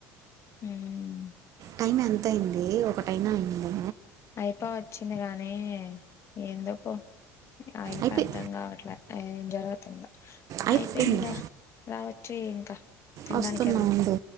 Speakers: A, on the left; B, on the right.
A: మ్మ్
B: టైం ఎంత అయింది ఒకటైనా అయింది
A: అయిపా వచ్చింది గానీ ఎందుకో అవి
B: అయిపోయి
A: అర్థం కావట్లే ఏం జరుగుతుందో
B: అయిపోయింది
A: అయిపోయిందిగా రావచ్చు ఇంకా తినడానికి
B: వస్తున్నా
A: వెళ్దాం
B: ఉండు